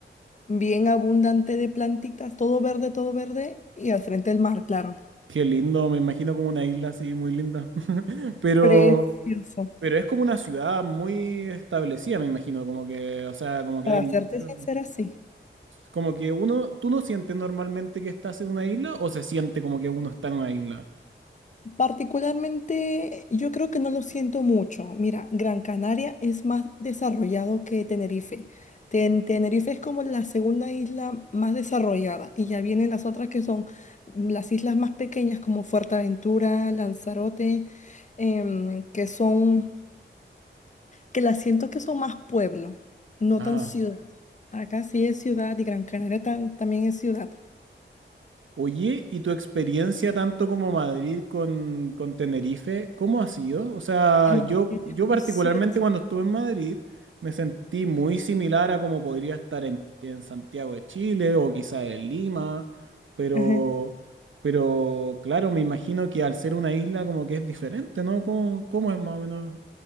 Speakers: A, on the left (about 40°); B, on the right (about 80°).
A: bien abundante de plantitas, todo verde, todo verde, y al frente el mar, claro.
B: Qué lindo, me imagino como una isla así muy linda. <laughs> Pero,
A: Precioso.
B: pero es como una ciudad muy establecida, me imagino, como que, o sea, como que
A: Para
B: hay mucho.
A: serte sincera, sí.
B: Como que uno, ¿tú no sientes normalmente que estás en una isla o se siente como que uno está en una isla?
A: Particularmente, yo creo que no lo siento mucho. Mira, Gran Canaria es más desarrollado que Tenerife. Ten- Tenerife es como la segunda isla más desarrollada y ya vienen las otras que son las islas más pequeñas como Fuerteventura, Lanzarote, em, que son, que las siento que son más pueblo, no
B: Ah.
A: tan ciudad. Acá sí es ciudad y Gran Canaria tam- también es ciudad.
B: Oye, ¿y tu experiencia tanto como Madrid con, con Tenerife, cómo ha sido? O sea,
A: Ay,
B: yo,
A: es
B: yo
A: precioso.
B: particularmente cuando estuve en Madrid me sentí muy similar a como podría estar en, en Santiago de Chile o quizás en Lima, pero,
A: Ajá.
B: pero claro, me imagino que al ser una isla como que es diferente, ¿no? ¿Cómo, cómo es más o menos